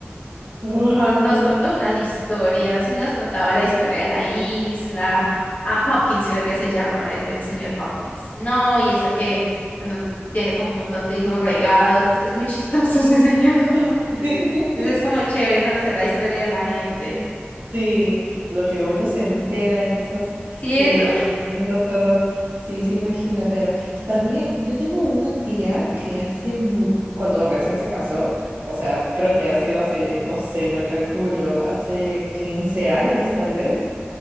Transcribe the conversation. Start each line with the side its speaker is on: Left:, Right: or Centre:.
Right: Wow.
Left: Nos, nos contó unas historias y nos contaba la historia de la isla. Ah, Hopkins creo que se llama, el, el señor Hopkins. No, y eso que eso tiene como un montón de hijos regados. Es, es muy chistoso ese señor. <laughs>
Right: <laughs>
Left: Entonces es como chévere conocer la historia de la gente,
Right: Sí, lo que uno se entera en esas,
Left: ¿cierto?
Right: eh, en esas cosas, sí, se imagina, pero también yo tengo una tía que hace muy, cuando recién se casó, o sea, creo que ha sido hace, no sé, no calculo, hace 15 años tal vez,